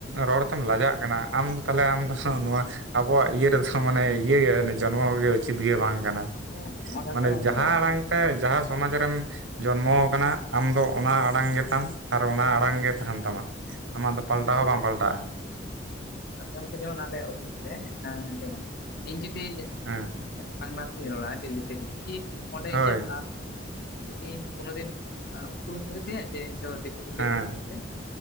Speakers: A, on the right (about 75°); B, on the left (about 55°).
A: ᱨᱚᱲ ᱛᱮᱢ ᱞᱟᱡᱟᱜ ᱠᱟᱱᱟ ᱟᱢ ᱫᱚ ᱛᱟᱦᱞᱮ ᱟᱢ ᱫᱚ ᱱᱚᱣᱟ ᱟᱵᱚᱣᱟᱜ ᱤᱭᱟᱹ ᱨᱮᱫᱚ ᱢᱟᱱᱮ ᱤᱭᱟᱹ ᱡᱚᱱᱢᱚ ᱜᱮ ᱩᱪᱤᱛ ᱜᱮ ᱵᱟᱝ ᱠᱟᱱᱟ
B: ᱦᱮᱸ
A: ᱾
B: ᱚᱱᱟ ᱢᱟ ᱠᱟᱛᱷᱟ
A: ᱢᱟᱱᱮ
B: ᱠᱟᱱ
A: ᱡᱟᱦᱟᱸ
B: ᱜᱮ
A: ᱟᱲᱟᱝ ᱛᱮ ᱡᱟᱦᱟᱸ ᱥᱚᱢᱟᱡᱽ ᱨᱮᱢ ᱡᱚᱱᱢᱚ ᱟᱠᱟᱱᱟ ᱟᱢ ᱫᱚ ᱚᱱᱟ ᱟᱲᱟᱝ ᱜᱮᱛᱟᱢ ᱟᱨ ᱚᱱᱟ ᱟᱲᱟᱝ ᱜᱮ ᱛᱟᱦᱮᱱ ᱛᱟᱢᱟ ᱟᱢᱟᱜ ᱫᱚ ᱯᱟᱞᱴᱟᱣ ᱦᱚᱸ ᱵᱟᱢ ᱯᱟᱞᱴᱟᱜ-ᱟ ᱾
B: ᱟᱪᱷᱟ ᱜᱚᱢᱠᱮ ᱡᱮᱢᱚᱱ ᱟᱞᱮ ᱚᱯᱷᱤᱥ ᱨᱮ ᱡᱮᱢᱚᱱ ᱤᱧ ᱡᱩᱫᱤ
A: ᱦᱮᱸ
B: ᱵᱟᱝᱞᱟ ᱛᱮᱧ ᱨᱚᱲᱟᱜ-ᱟ ᱰᱤᱞᱤᱛᱮ ᱤᱧ ᱠᱤ ᱚᱸᱰᱮ
A: ᱦᱳᱭ
B: ᱤᱧᱟᱹᱜ ᱤᱧ ᱠᱳᱱ ᱫᱤᱱᱩ ᱩᱯᱨᱩᱢ ᱦᱩᱭᱩᱜ ᱛᱤᱧᱟ ᱡᱮ ᱤᱧ ᱫᱚ ᱫᱤᱠᱩ ᱜᱤᱫᱽᱨᱟᱹ
A: ᱦᱮᱸ
B: ᱠᱟᱹᱱᱟᱹᱧ ᱢᱮᱱᱛᱮ